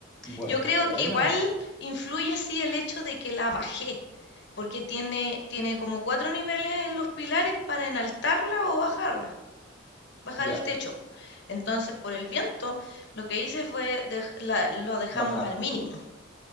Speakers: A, in the centre; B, on the left (about 60°).
A: Buena.
B: Yo creo que igual influye sí el hecho de que la bajé, porque tiene, tiene como cuatro niveles en los pilares para enaltarla o bajarla, bajar
A: Ya,
B: el techo. po. Entonces, por el viento, lo que hice fue dej- la- lo dejamos
A: bajarla.
B: al mínimo.